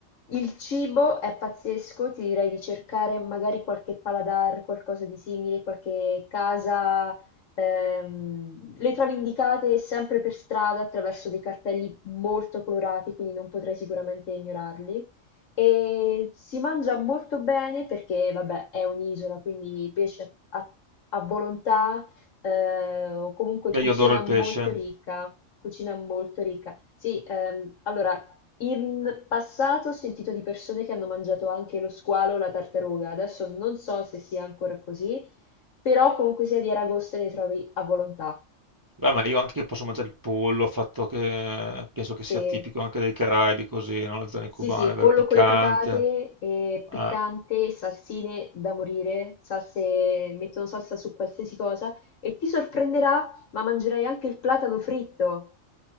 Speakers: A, on the left (about 70°); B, on the right (about 25°).
A: il cibo è pazzesco, ti direi di cercare magari qualche paladar, qualcosa di simile, qualche casa. ehm, le trovi indicate sempre per strada attraverso dei cartelli molto colorati, quindi non potrai sicuramente ignorarli. E si mangia molto bene perché, vabbè, è un'isola, quindi pesce a, a a volontà, eh, o comunque
B: Beh,
A: cucina
B: io adoro il
A: molto
B: pesce.
A: ricca, cucina molto ricca. Sì, ehm, allora, in passato ho sentito di persone che hanno mangiato anche lo squalo o la tartaruga, adesso non so se sia ancora così, però comunque sia di Aragosta ne trovi a volontà,
B: Beh, ma io anche posso mangiare il pollo, fatto che penso che
A: se
B: sia tipico anche dei Caraibi, così, no? Le zone
A: Sì,
B: cubane,
A: sì,
B: vero?
A: pollo
B: Piccante.
A: con le patate, e piccante,
B: Ah.
A: salsine da morire, salse, mettono salsa su qualsiasi cosa e ti sorprenderà, ma mangerai anche il platano fritto.